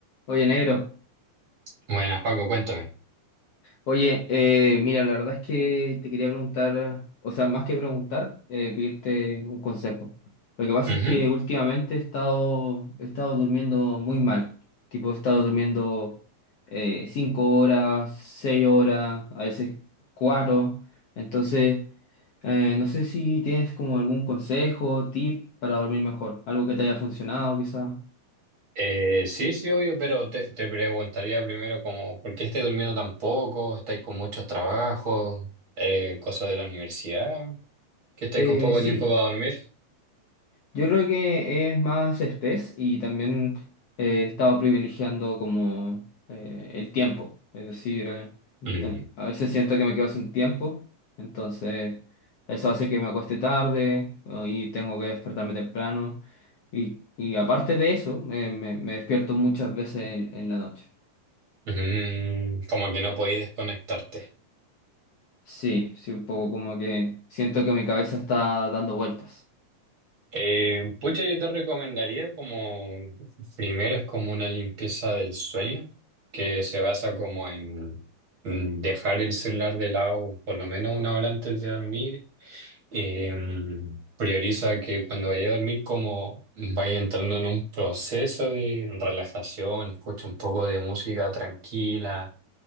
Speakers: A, on the left (about 60°); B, on the right (about 40°).
A: Oye, negro.
B: Buenas, Paco, cuéntame.
A: Oye, eh, mira, la verdad es que te quería preguntar, o sea, más que preguntar, eh, pedirte un consejo. Lo que pasa
B: Ujú.
A: es que últimamente he estado, he estado durmiendo muy mal. Tipo, he estado durmiendo eh, cinco horas, seis horas, a veces cuatro. Entonces, eh, no sé si tienes como algún consejo, tip para dormir mejor, algo que te haya funcionado, quizá.
B: Eh, sí, sí, obvio, pero te, te preguntaría primero como, ¿por qué estáis durmiendo tan poco? ¿Estáis con muchos trabajos? Eh, ¿cosas de la universidad? ¿Que estáis
A: Eh,
B: con poco
A: sí,
B: tiempo para dormir?
A: Yo creo que es más espés y también eh, he estado privilegiando como eh, el tiempo. Es decir, eh,
B: Mm.
A: te- a veces siento que me quedo sin tiempo, entonces eso hace que me acueste tarde ¿no? y tengo que despertarme temprano. Y, y aparte de eso, me, me- me despierto muchas veces en, en la noche.
B: Mm, como que no podéis desconectarte.
A: Sí, sí, un poco como que siento que mi cabeza está dando vueltas.
B: Eh, pucha, yo te recomendaría como, primero es como una limpieza del sueño, que se basa como en mm, dejar el celular de lado por lo menos una hora antes de dormir Eh, prioriza que cuando vaya a dormir como vaya entrando en un proceso de relajación, escucha un poco de música tranquila.